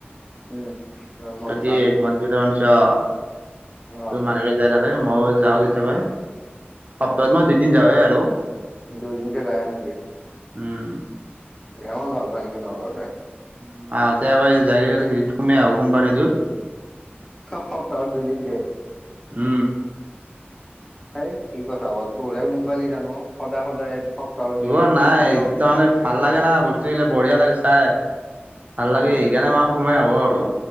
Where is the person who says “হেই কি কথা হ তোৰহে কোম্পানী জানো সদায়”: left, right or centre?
Left